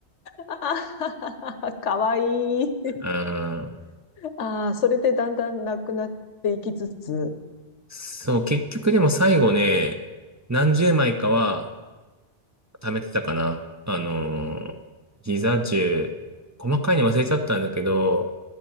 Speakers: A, on the left (about 85°); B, on the right (about 20°).
A: あはははかわいい。
B: うん。
A: ああ、それでだんだんなくなっていきつつ、
B: そう、結局でも最後ね、何十枚かは貯めてたかな。あのーギザ十細かいの忘れちゃったんだけど、